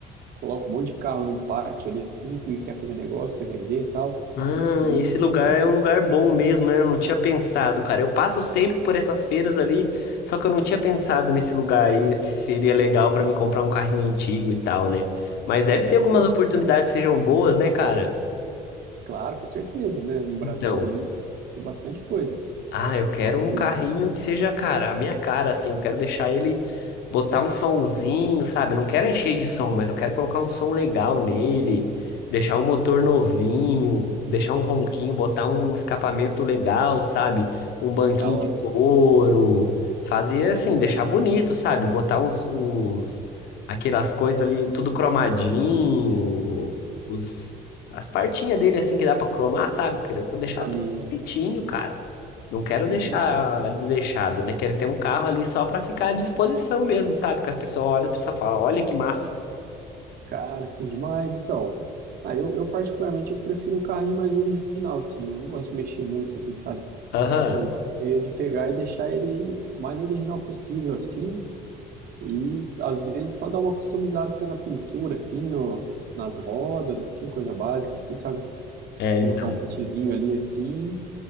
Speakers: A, on the right; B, on the left.
A: coloca um monte de carro num pátio ali assim, que quer fazer negócio, quer vender e tal.
B: Ah,
A: E,
B: esse lugar é um lugar bom mesmo, né? Eu não tinha pensado, cara. Eu passo sempre por essas feiras ali, só que eu não tinha pensado nesse lugar aí. se Seria legal pra mim comprar um carrinho antigo e tal, né? Mas deve ter algumas
A: pô,
B: oportunidades que sejam boas, né, cara?
A: claro, com certeza, né? No Brasil
B: Então.
A: aí tem bastante coisa.
B: Ah, eu quero
A: E,
B: um
A: e
B: carrinho que seja, cara, a minha cara, assim. Eu quero deixar ele botar um somzinho, sabe? Eu não quero encher de som, mas eu quero colocar um som legal nele, deixar o motor novinho, deixar um ronquinho, botar um escapamento legal, sabe? Um banquinho
A: da hora,
B: de couro, fazer assim, deixar bonito, sabe? Botar os, os- aquelas coisas ali, tudo cromadinho, os, as partinhas dele, assim, que dá pra cromar, sabe? Eu quero deixar
A: maneiro.
B: tudo bonitinho, cara. Não quero
A: Sim,
B: deixar
A: então,
B: desleixado, né? Quero ter um carro ali só pra ficar à disposição mesmo, sabe? Que as pessoas olham, as pessoas falam, olha que massa.
A: cara, assim, demais. Então, ah, eu, eu particularmente eu prefiro um carrinho mais original, assim. Eu não gosto de mexer muito, assim, sabe?
B: Aham.
A: Eu gosto meio de pegar e deixar ele mais original possível, assim. E s- às vezes só dar uma customizada na pintura, assim, no, nas rodas, assim, coisa básica, assim, sabe?
B: É,
A: Colocar
B: então.
A: um kitzinho ali assim.